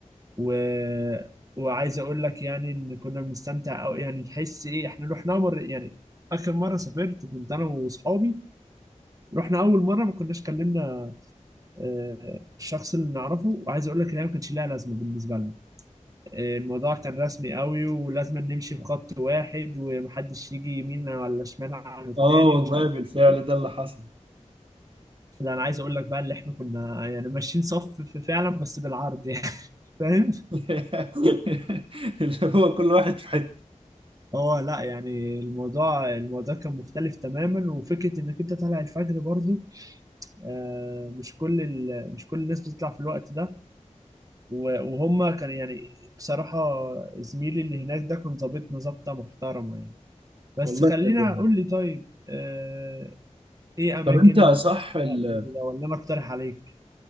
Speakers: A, on the right (about 25°); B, on the right (about 45°).
A: و... وعايز اقول لك يعني ان كنا بنستمتع قوي يعني تحس ايه احنا رحنا مره يعني اخر مره سافرت كنت انا واصحابي رحنا اول مره ما كناش كلمنا آه، الشخص اللي نعرفه وعايز اقول لك ان هي ما كانش لها لازمه بالنسبه لنا آه، الموضوع كان رسمي قوي ولازم نمشي في خط واحد ومحدش يجي يمين ولا شمال عن التاني
B: اه والله
A: مش عارف
B: بالفعل
A: ايه
B: ده اللي حصل
A: لا انا عايز اقول لك بقى اللي احنا كنا يعني ماشيين صف في- فعلا بس بالعرض يعني <laughs> فاهم
B: <laughs> اللي هو كل واحد في حتة
A: اه لا يعني الموضوع الموضوع كان مختلف تماما وفكره انك انت طالع الفجر برضو آه، مش كل ال... مش كل الناس بتطلع في الوقت ده و- وهم كان يعني بصراحه زميلي اللي هناك ده كان ظابطنا ظابطه محترمه يعني بس
B: والله
A: خلينا
B: حلو
A: اقول لي طيب آه، ايه اماكن
B: طب انت صح
A: رحتها
B: ال...
A: قبل كده ولا انا اقترح عليك